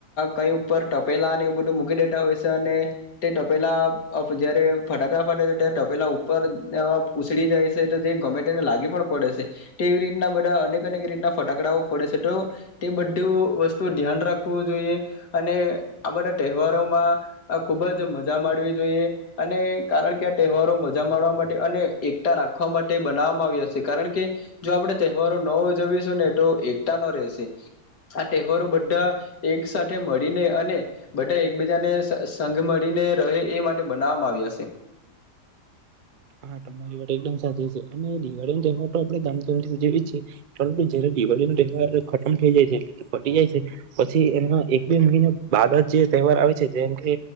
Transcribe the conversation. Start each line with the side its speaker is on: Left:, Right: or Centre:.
Left: કઈ ઉપર ટપેલા અને એવું બધું મૂકી દેતા હોય છે અને તે ટપેલા જયારે ફટકડા ફાટે છે ત્યારે ટપેલા ઉપર ઉસળ જાય છે તો જે ગમે તેને લાગી પડે છે તેવી રીતના બધા અનેકક રીતના ફટાકડાઓ ફડે છે તો તે બધું વસ્તુ ધ્યાન રાખવું જોઈએ અને આ બધા તહેવારોમાં ખુબ જ મજા માવી જોઈએ અને કારણ કે આ તહેવારો મજા માડવા માટે અને એકતા રાખવા માટે બનાવવામાં આવે છે કારણ કે જો આપણે તહેવારો ન ઉજવીશું ને તો એકતા ન રહેશે આ તહેવારો બધા એક સાથે મળીને અને બધા એકબીજાને સંઘ મળીને રહે એ માટે બનાવવામાં આવ્યા છે.
Right: હા તમારી વાત એકદમ સાચી છે અને દિવાળી નો તહેવાર તો આપડણે ધામધૂમથી ઉજવીએ જીએ પરંતુ જયારે દિવાળી નો તહેવાર ખતમ થઇ જાય છે એટલે કે ફટી જાય છે પછી એમાં એક બે મહિના બાદ જ જે તહેવાર આવે છે જેમ કે